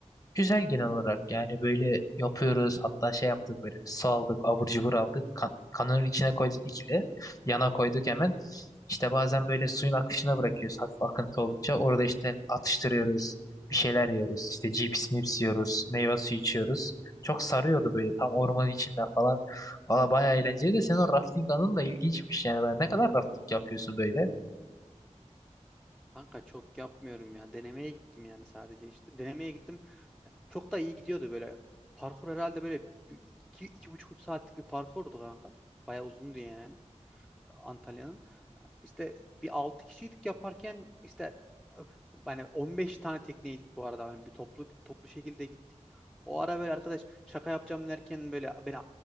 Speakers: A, on the left; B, in the centre.
A: Güzel genel olarak yani böyle yapıyoruz hatta şey yaptık böyle su aldık abur cubur aldık kan kanının içine koyduk ikili yana koyduk hemen işte bazen böyle suyun akışına bırakıyoruz hafif akıntı olunca orada işte atıştırıyoruz bir şeyler yiyoruz işte cips mips yiyoruz meyve suyu içiyoruz çok sarıyordu böyle tam ormanın içinden falan valla bayağı eğlenceli de senin o rafting anın da ilginçmiş yani ben ne kadar rafting yapıyorsun böyle
B: Kanka çok yapmıyorum ya. Denemeye gittim yani sadece işte. Denemeye gittim. Çok da iyi gidiyordu böyle. Parkur herhalde böyle bir- iki, iki buçuk üç saatlik bir parkurdu kanka. Bayağı uzundu yani Antalya'nın işte bir 6 kişiydik yaparken işte hani 15 tane tekneydik bu arada. Hani bir toplu toplu şekilde gittik. O ara böyle arkadaş şaka yapacağım derken böyle beni